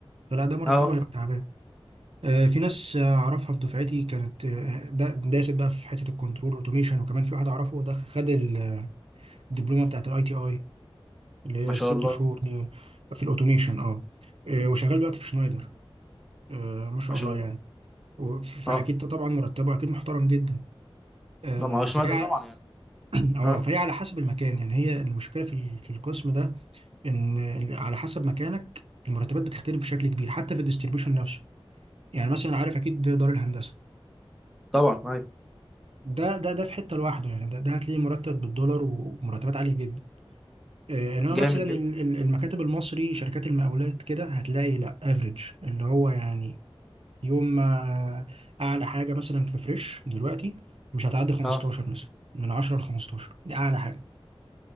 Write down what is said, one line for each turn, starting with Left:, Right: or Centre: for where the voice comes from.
Right: فلا ده مرتبه
Centre: اه
Right: هيبقى تعبان آه في ناس آه، اعرفها في دفعتي كانت آه، دا- داست بقى في حتة الكنترول اوتوميشن وكمان في واحد اعرفه ده خد ال الدبلومه بتاعت الاي تي اي اللي هي
Centre: ما
Right: الست
Centre: شاء الله
Right: شهور دي في الاوتوميشن اه آه، وشغال دلوقتي في شنايدر آه، ما شاء
Centre: ما شاء
Right: الله
Centre: الله
Right: يعني وف-
Centre: اه
Right: فاكيد طبعا مرتبه اكيد محترم جدا آه،
Centre: لا ما هو شنايدر
Right: فهي
Centre: طبعا
Right: على-
Centre: يعني
Right: <clears throat> اه
Centre: اه
Right: فهي على حسب المكان يعني هي المشكله في ال- في القسم ده ان إن على حسب مكانك المرتبات بتختلف بشكل كبير حتى في الديستريبيوشن نفسه يعني مثلا عارف اكيد دار الهندسه
Centre: طبعا ايوه
Right: ده ده ده في حته لوحده يعني ده ده هتلاقيه مرتب بالدولار ومرتبات عاليه جدا آه، انما
Centre: جامد
Right: مثلا
Centre: جدا
Right: ال- ال- المكاتب المصري شركات المقاولات كده هتلاقي لا افريج اللي هو يعني يوم ما اعلى حاجه مثلا في فريش دلوقتي مش هتعدي 15
Centre: اه
Right: مثلا من 10 ل 15 دي اعلى حاجه